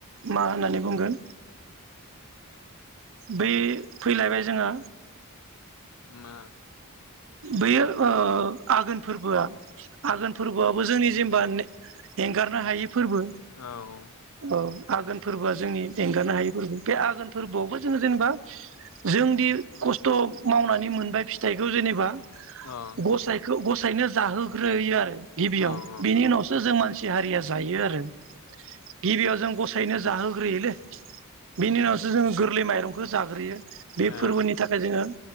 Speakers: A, on the right; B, on the left.
A: मा होननानै बुंगोन बै फैलायबाय जोङा
B: मा
A: बेयो ओ आघोन फोरबोआ आघोन फोरबोआबो जोंनि जेनेबा एंगारनो हायि फोरबो
B: औ
A: औ आघोन फोरबोआ जोंनि एंगारनो हायि फोरबो बे आघोन फोरबोआवबो जोङो जेनेबा जोंदि खस्थ' मावनानै मोनबाय फिथाइखौ जेनेबा
B: अ
A: गसाइखौ गसाइ बेनिफाइनो जाहोग्रोहोयो आरो गिबियाव
B: औ औ उम
A: बिनि उनावसो जों मानसि हारिया जायो आरो गिबियाव जों गसायनो जाहोग्रोयोलै बिनि उनावसो जोङो गोर माइरंखौ जाग्रोयो बे
B: ओ
A: फोरबोनि थाखाय जोङो